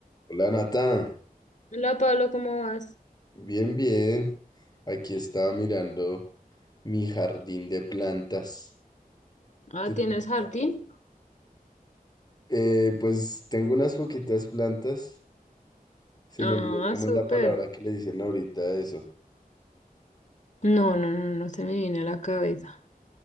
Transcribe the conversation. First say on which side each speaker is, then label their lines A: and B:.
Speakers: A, on the left; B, on the left.
A: Hola Nata,
B: Hola Pablo, ¿cómo vas?
A: bien, bien. Aquí estaba mirando mi jardín de plantas.
B: Ah,
A: ¿Tú tienes
B: ¿tienes jardín?
A: plantas? Eh, pues tengo unas poquitas plantas. Se
B: Ah,
A: me olvidó cómo
B: súper.
A: es la palabra que le dicen ahorita a eso.
B: No, no, no, no se me viene a la cabeza.